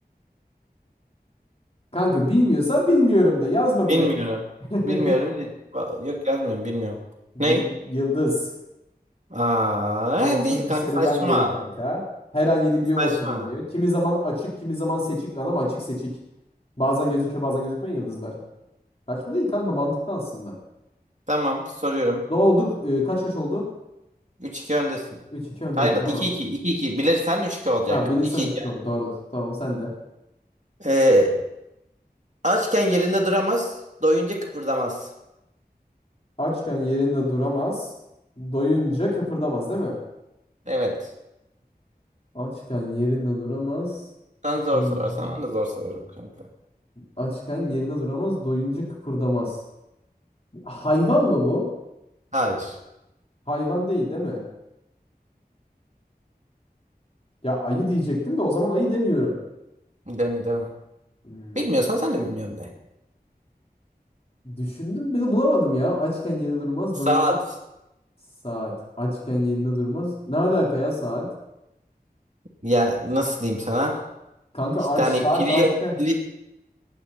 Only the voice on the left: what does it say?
Kanka bilmiyorsan bilmiyorum de yazma
bir yerlere. <laughs>
Yıl-
Yıldız.
Sonsuz
bir
serüven
diyor kanka. Her an yeni bir
yol açalım diyor. Kimi zaman açık, kimi zaman seçik lan ama açık seçik. Bazen gözüküyor, bazen gözükmüyor yıldızlar. Kaçma değil kanka mantıklı aslında.
Ne olduk? Ee, kaç kaç oldu?
üç iki öndeyim
tamam.
Ha bilirsem
üç iki
oldu. Doğrudur. Tamam sen de.
Açken yerinde duramaz. Doyunca kıpırdamaz değil mi?
Açken yerinde duramaz.
Doyun...
Açken yerinde duramaz. Doyunca kıpırdamaz. Hayvan mı bu?
Hayvan değil değil mi? Ya ayı diyecektim de o zaman ayı demiyorum.
Hmm,
Düşündüm bile bulamadım ya. Açken yerinde durmaz,
doyunca saat. Açken yerinde durmaz. Ne alaka ya saat?
Kanka
aç
saat
açken.